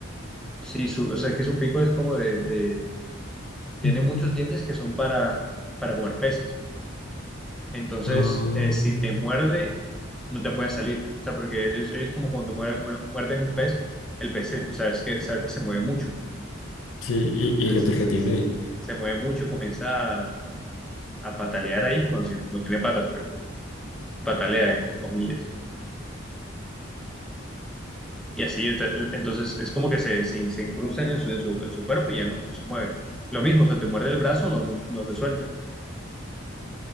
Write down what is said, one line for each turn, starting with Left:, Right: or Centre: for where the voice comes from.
Centre: sí, su, o sea, que su pico es como de, de- tiene
Left: Ujú.
Centre: muchos dientes que son para, para comer peces. Entonces,
Left: Ah,
Centre: eh, si te muerde, no te puedes salir. O sea, porque es, es como cuando muer- muer- muerden un pez, el pez, se- sabes que, sabes que se mueve mucho. O
Left: sí, y,
Centre: sea,
Left: y el
Centre: se,
Left: otro
Centre: se-
Left: retiene
Centre: se-
Left: ahí.
Centre: se mueve mucho, comienza a, a patalear ahí. Bueno, sí, no tiene patas, pero patalea, entre comillas. Y así, ente- entonces es como que se, se, se incrustan en su, en su, en su cuerpo y ya no, no se mueve. Lo mismo, se te muerde el brazo, no, no, no te suelta.